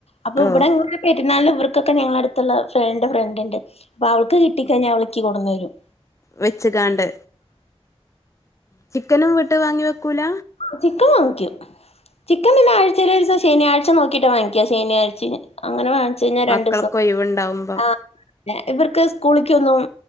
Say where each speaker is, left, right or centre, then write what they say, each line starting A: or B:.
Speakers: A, on the left; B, on the left.
A: അപ്പൊ
B: ഓഹ്
A: ഇവിടെ ങ്ങനെ പെരുന്നാൾും ഇവർക്കൊക്കെ ഞങ്ങളടുത്തുള്ള ഫ്രണ്ട് ഫ്രണ്ട് ഉണ്ട് അപ്പൊ അവൾക്ക് കിട്ടി കഴിഞ്ഞാൽ അവളക്ക് കൊടുന്നരും
B: വെച്ച കാണ്ട് ചിക്കനും വിട്ട് വാങ്ങി വെക്കൂല.
A: ചിക്കൻ വാങ്ങിക്കും ചിക്കൻ പിന്നെ ആഴ്ചയിലെ ദിവസം ശനിയാഴ്ച നോക്കിട്ടാ വാങ്ങിക്കുക ശനിയാഴ്ച അങ്ങനെ ച്ചാ
B: മക്കൾക്ക്
A: രണ്ടു ദിവസം
B: ഒഴിവുണ്ടാവുമ്പം
A: ആഹ് ഇവർക്ക് സ്കൂളക്ക്ന്നും